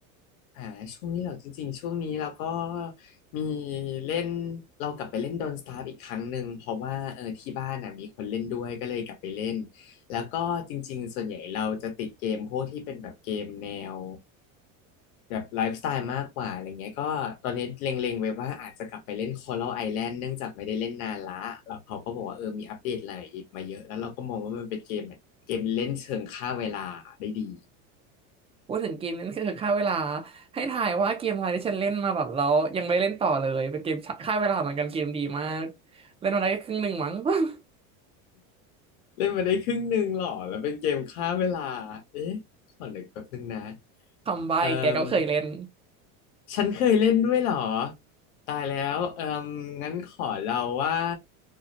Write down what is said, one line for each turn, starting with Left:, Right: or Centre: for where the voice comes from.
Left: อ่าช่วงนี้เราจริงๆช่วงนี้เราก็มีเล่นเรากลับไปเล่นโดนสตาร์อีกครั้งหนึ่งเพราะว่าเออที่บ้านน่ะมีคนเล่นด้วยก็เลยกลับไปเล่นแล้วก็จริงๆส่วนใหญ่เราจะติดเกมพวกที่เป็นแบบเกมแนวแบบไลฟ์สไตล์มากกว่าอะไรเงี้ยก็ตอนนี้เล็งๆไว้ว่าอาจจะกลับไปเล่น Coral Island เนื่องจากไม่ได้เล่นนานละแล้วเขาก็บอกว่าเออมีอัปเดตอะไรมาเยอะแล้วเราก็มองว่ามันเป็นเกมแบบเกมเล่นเชิงฆ่าเวลาได้ดี
Right: พูดถึงเกมนั้นคือค่าเวลาให้ถ่ายว่าเกมอะไรที่ฉันเล่นมาแบบแล้วยังไม่เล่นต่อเลยเป็นเกมค่าเวลาเหมือนกันเกมดีมาก <laughs> เล่นมาได้แค่ครึ่งหนึ่งมั้ง <laughs>
Left: เล่นมาได้ครึ่งหนึ่งหรอแล้วเป็นเกมฆ่าเวลา เอ๊ะขอนึกแป๊บนึงนะ
Right: คำใบ้แกก็เคยเล่น
Left: เอ่มฉันเคยเล่นด้วยเหรอตายแล้วเอ่มงั้นขอเราว่า